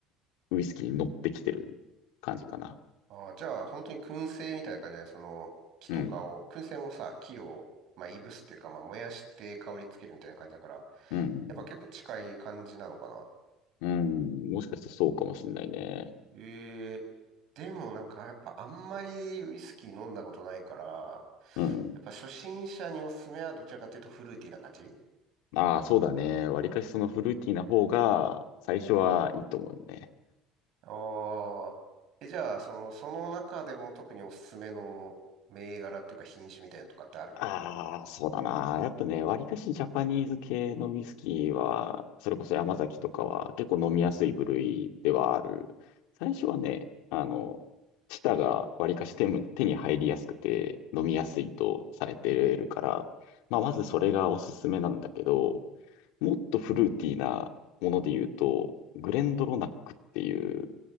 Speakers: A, on the left (about 80°); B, on the right (about 45°).
A: ウイスキーに乗ってきてる感じかな。
B: ああ、じゃあ、本当に燻製みたいな感じだね。その、木とかを、
A: うん、
B: 燻製もさ、木を、まあ、いぶすっていうか、まあ、燃やして香りつけるみたいな感じだから、や
A: うん、
B: っぱ結構近い感じなのかな。
A: うん、もしかしたらそうかもしれないね。
B: ええでもなんか、やっぱあんまりウイスキー飲んだことないから、
A: うん。
B: やっぱ初心者におすすめはどちらかというとフルーティーな感じ
A: ああ、そうだね。わりかしそのフルーティーな方が最初はいいと思うよね。
B: ああ。え、じゃあ、その、その中でも特におすすめの銘柄っていうか品種みたいなのとかってある
A: ああ、そうだな。やっぱね、割かしジャパニーズ系のウイスキーは、それこそ山崎とかは結構飲みやすい部類ではある。最初はね、あの、チタが割かし手も、手に入りやすくて飲みやすいとされてるから、まあ、まずそれがおすすめなんだけど、もっとフルーティーなもので言うと、グレンドロナックっていう